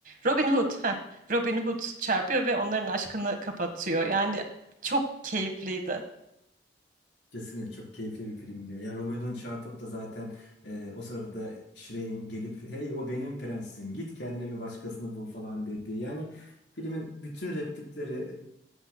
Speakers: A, on the right (about 50°); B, on the left (about 85°).
A: Robin Hood. Heh, Robin Hood çarpıyor ve onların aşkını kapatıyor. Yani çok keyifliydi.
B: Kesinlikle çok keyifli bir film diyor. Ya Robin Hood'un çarpıp da zaten e, o sırada Shrey'in gelip hey o benim prensesim git kendine bir başkasını bul falan dediği. Yani filmin bütün replikleri e,